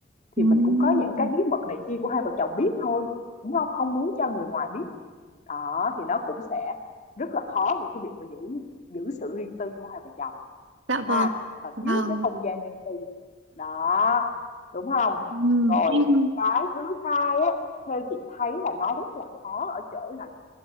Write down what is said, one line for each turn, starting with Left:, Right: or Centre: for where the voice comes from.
Left: Thì
Right: ừm,
Left: mình cũng có những cái bí mật này kia của hai vợ chồng biết thôi, đúng không? Không muốn cho người ngoài biết. Đó, thì nó cũng sẽ rất là khó với cái việc mà giữ giữ sự riêng tư của hai vợ chồng
Right: Dạ vâng.
Left: ha và
Right: Vâng.
Left: thiếu cái không gian riêng tư đó đúng không
Right: Ừm,
Left: rồi
Right: em
Left: cái thứ hai á theo chị thấy là nó rất là khó ở chỗ là